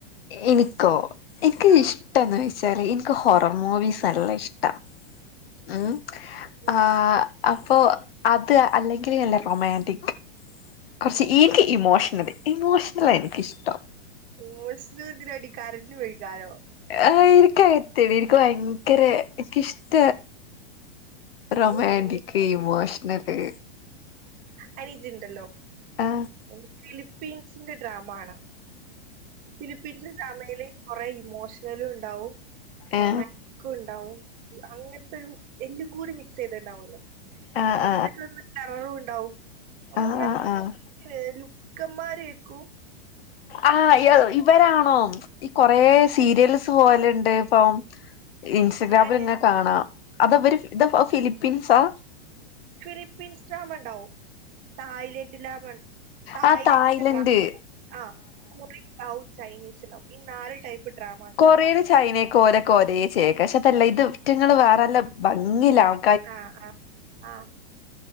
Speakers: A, on the left; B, on the right.
A: എനിക്കോ? എനിക്ക്
B: ആഹ്
A: ഇഷ്ടന്ന് വെച്ചാല് എനിക്ക് ഹൊറർ മൂവീസ് നല്ല ഇഷ്ട ട്ട. ഉം,
B: ഉം
A: ആ അപ്പോ അത് അല്ലെങ്കില് അല്ല... റൊമാൻറിക്... കുറച്ച് ഈറ്റി
B: ഉം
A: ഇമോഷണല്. ഇമോഷണല എനിക്കിഷ്ടം.
B: ഇമോഷണല് എന്തിനാടി? കരഞ്ഞ് ഒഴിക്കാനോ?
A: ആഹ്, എനിക്കത് ത്തിരി ഇൻക് ഭയങ്കര ഇൻകിഷ്ട. റൊമാന്റിക്,
B: ഉം
A: ഇമോഷണല്.
B: അയിനിജുണ്ടല്ലോ?
A: ആ
B: എന്ത ഫിലിപ്പീൻസിന്റെ ഡ്രാമ കാണ. ഫിലിപ്പീൻസ് ഡ്രാമയില് കൊറേ ഇമോഷണലു ഉണ്ടാവും
A: ആ
B: റൊമാ ക്കു ഉണ്ടാവും, അങ്ങൻത്തൊരു, എല്ലും കൂടി മിക്സ് ചെയ്തണ്ടാവോല്ലോ.
A: ആ
B: <unintelligible>
A: അ
B: കററും ഉണ്ടാവും, അപ്പൊ
A: ആ
B: ഇങ്ങന
A: ആ ആ
B: ലുക്കന്മാരേക്കും.
A: ആ, എ ഇവരാണോ ഈ കൊറെ സീരിയല്സ് പോലെ ഇണ്ട് ഇപ്പം ഇൻസഗ്രാമിൽ
B: അയന്നെ
A: ഇങ്ങ കാണാം അത അവര് ഇത് ഫിലിപ്പീൻസാ
B: ഫിലിപ്പിൻസ് ട്രമ ഇണ്ടാവും തായ്‌ലേ <unintelligible> തായ്ലന്റിന്റെ
A: ആ തായ്ലൻഡ്
B: ഡ്രാമ ഇണ്ടാവും ആ, കുറി ഇണ്ടാവും ചൈനീസ് ഇണ്ടാവും ഈ നാല് ടൈപ്പ് ഡ്രാമാസാണ്
A: കൊറിയറ് ചൈനക്കെ ഓരക്ക ഒരേ ചെക്ക പക്ഷെ അതല്ല ഇത് ഇറ്റങ്ങള് വാറല്ല ഭംഗി ഇല്ല ആൾ
B: ആ, ആ, ആ